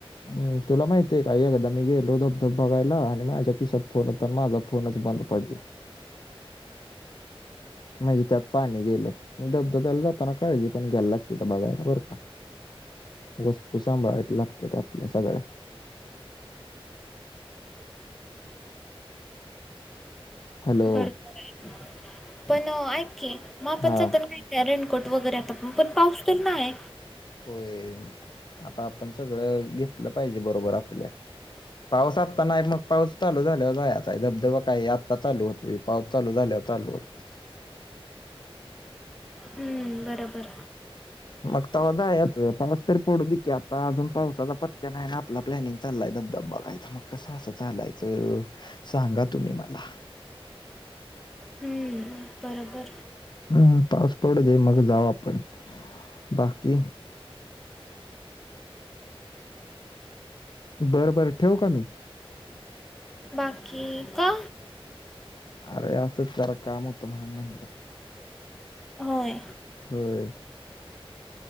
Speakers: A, on the left; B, in the centre.
A: हम् तुला माहितीय का एकादा मी गेलो धबधब बघायला आणि माझ्या खिशात फोन होता माझा फोनच बंद पडला म्हणजे त्यात पाणी गेल. धबधब्याला जाताना काळजी पण घ्यायला लागते तर बघायला बरं का वस्तू सांभाळायला लागते ते आपल्या सगळ्या. हॅलो
B: बरोबर आहे पण ऐकी मग आपण
A: हां,
B: आता काय काय रेनकोट वगैरे आता पण पाऊस तर नाही
A: होय आता आपण सगळं घेतलं पाहिजे बरोबर आपल्या पाऊस आता नाही मग पाऊस चालू झाल्यावर जायचा आहे धबधबा काय आत्ता चालू होतो पाऊस चालू झाल्यावर चालू होत
B: हम्म बरोबर
A: मग त जा यात पाऊस तरी पडू दे की आता अजून पावसाचा पत्त्या नाही ना आपला प्लॅनिंग चाललाय धबधब बघायचा मग कसं असं चालायचं सांगा तुम्ही मला
B: हम्म, बरोबर
A: हम् पास पड दे मग जाऊ आपण बाकी बरं बरं ठेव का मी
B: बाकी का
A: अरे असं जरा काम होतं म्हणून म्हटलं
B: होय.
A: होय